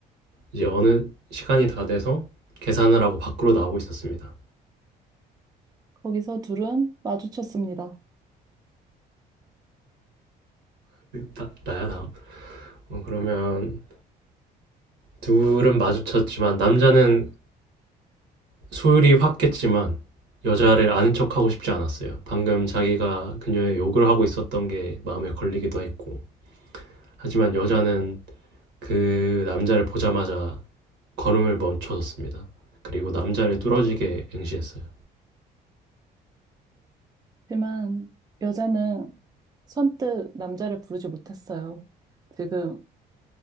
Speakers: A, on the right; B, on the right.
A: 이제 어느 시간이 다 돼서 계산을 하고 밖으로 나오고 있었습니다.
B: 거기서 둘은 마주쳤습니다.
A: 나, 나야 다음. 어, 그러면 둘은 마주쳤지만 남자는 술이 확깼지만 여자를 아는 척하고 싶지 않았어요. 방금 자기가 그녀의 욕을 하고 있었던 게 마음에 걸리기도 했고. 하지만 여자는 그 남자를 보자마자 걸음을 멈춰섰습니다. 그리고 남자를 뚫어지게 응시했어요.
B: 그렇지만 여자는 선뜻 남자를 부르지 못했어요. 지금